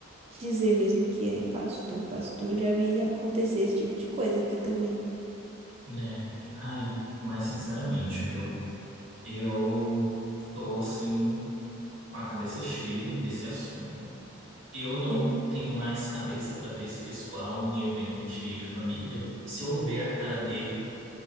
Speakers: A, on the right; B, on the right.
A: dizer mesmo que é pastor, pastora. Já vi acontecer esse tipo de coisa aqui também.
B: Né? Ai, mas sinceramente, viu? Eu tô assim, com a cabeça cheia desse assunto. Eu não
A: Hum,
B: tenho mais cabeça para ver esse pessoal em evento de família. Se eu ver a cara dele.